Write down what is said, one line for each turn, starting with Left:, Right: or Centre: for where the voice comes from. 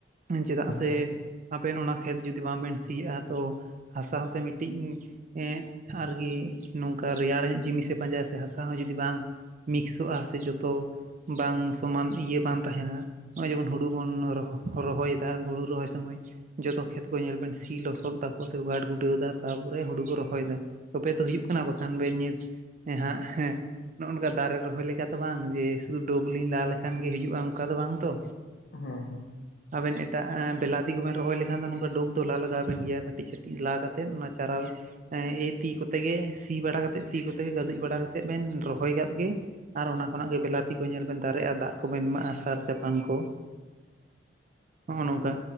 Right: ᱪᱮᱫᱟᱜ
Left: ᱟᱪᱪᱷᱟ
Right: ᱥᱮ
Left: ᱟᱪᱪᱷᱟ
Right: ᱟᱵᱮᱱ ᱚᱱᱟ ᱠᱷᱮᱛ ᱡᱩᱫᱤ ᱵᱟᱝᱵᱮᱱ ᱥᱤᱭᱟᱜ-ᱟ ᱛᱚ ᱦᱟᱥᱟ ᱦᱚᱸ ᱥᱮ ᱢᱤᱫᱴᱤᱡ ᱮ ᱟᱹᱨᱠᱤ ᱱᱚᱝᱠᱟ ᱨᱮᱭᱟᱲ ᱧᱚᱜ ᱡᱤᱱᱤᱥᱮ ᱯᱟᱸᱡᱟ ᱥᱮ ᱦᱟᱥᱟ ᱦᱚᱸ ᱡᱩᱫᱤ ᱵᱟᱝ ᱢᱤᱠᱥᱚᱜ-ᱟ ᱥᱮ ᱡᱚᱛᱚ, ᱵᱟᱝ ᱥᱚᱢᱟᱱ ᱤᱭᱟᱹ ᱵᱟᱝ ᱛᱟᱦᱮᱸᱱᱟ᱾ ᱱᱚᱜ-ᱚᱭ ᱡᱮᱢᱚᱱ ᱦᱩᱲᱩ ᱵᱚᱱ ᱨᱚ ᱨᱚᱦᱚᱭᱮᱫᱟ ᱦᱩᱲᱩ ᱨᱚᱦᱚᱭ ᱥᱚᱢᱚᱭ ᱡᱚᱛᱚ ᱠᱷᱮᱛ ᱠᱚ ᱧᱮᱞ ᱵᱮᱱ ᱥᱤ ᱞᱚᱥᱚᱫ ᱫᱟᱠᱚ ᱥᱮ‌ ᱜᱟᱴ ᱜᱩᱰᱟᱹᱣ ᱫᱟ ᱛᱟᱨᱯᱚᱨᱮ ᱦᱩᱲᱩ ᱠᱚ ᱨᱚᱦᱚᱭᱮᱫᱟ᱾ ᱛᱯᱮ ᱛᱚ ᱦᱩᱭᱩᱜ ᱠᱟᱱᱟ ᱵᱟᱠᱷᱟᱱ ᱵᱮᱱ ᱱᱤᱛ ᱦᱟᱸᱜ ᱦᱮᱸ ᱱᱚᱜ-ᱱᱚᱝᱠᱟ ᱫᱟᱨᱮ ᱨᱚᱦᱚᱭ ᱞᱮᱠᱟ ᱛᱚ ᱵᱟᱝ ᱡᱮ ᱥᱩᱫᱩ ᱰᱳᱵᱽ ᱞᱤᱧ ᱞᱟ ᱞᱮᱠᱷᱟᱱ ᱜᱮ ᱦᱤᱡᱩᱜ-ᱟ ᱚᱝᱠᱟ ᱫᱚ ᱵᱟᱝ ᱛᱚ᱾
Left: ᱦᱚᱸ
Right: ᱟᱵᱮᱱ ᱮᱴᱟᱜ ᱵᱮᱞᱟᱛᱤ ᱠᱚᱵᱮᱱ ᱨᱚᱦᱸᱚᱭ ᱞᱮᱠᱷᱟᱱ ᱫᱚ ᱱᱚᱝᱠᱟ ᱰᱩᱵ ᱫᱚ ᱞᱟ ᱞᱟᱜᱟᱣ ᱟᱵᱮᱱ ᱜᱮᱭᱟ ᱠᱟᱹᱴᱤᱡ ᱠᱟᱹᱴᱤᱡ᱾ ᱞᱟ ᱠᱟᱛᱮᱫ ᱚᱱᱟ ᱪᱟᱨᱟ ᱮ ᱮᱹ ᱛᱤ ᱠᱚᱛᱮ ᱜᱮ ᱥᱤ ᱵᱟᱲᱟ ᱠᱟᱛᱮᱜ ᱛᱤ ᱠᱚᱛᱮ ᱜᱮ ᱜᱟᱹᱫᱩᱡ ᱵᱟᱲᱟ ᱠᱟᱛᱮᱜ ᱵᱮᱱ ᱨᱚᱦᱚᱸᱭ ᱠᱟᱜ ᱜᱮ᱾ ᱟᱨ ᱚᱱᱟ ᱠᱷᱚᱱᱟᱜ ᱜᱮ ᱵᱤᱞᱟᱛᱤ ᱠᱚ ᱧᱮᱞ ᱵᱮᱱ ᱫᱟᱨᱮᱜ-ᱟ ᱫᱟᱜ ᱠᱚᱵᱮᱱ ᱮᱢᱟᱜ-ᱟ ᱥᱟᱨ ᱪᱟᱯᱟᱱ ᱠᱚ᱾
Left: <inaudible>
Right: ᱦᱚᱜ-ᱚ ᱱᱚᱝᱠᱟ᱾